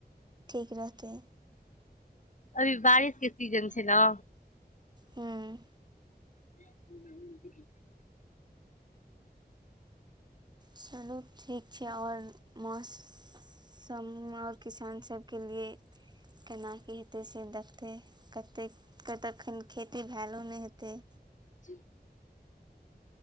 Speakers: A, on the right (about 25°); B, on the left (about 45°).
A: ठीक रहतै।
B: अभी बारिश के सीजन छै न।
A: हम्म
B: <inaudible>
A: चलू ठीक छै, आओर मौस सम आओर किसान सबके लिए केना की हेतै से देखतै। कतेक के अखन खेती भैलो नहि हेतै।
B: जी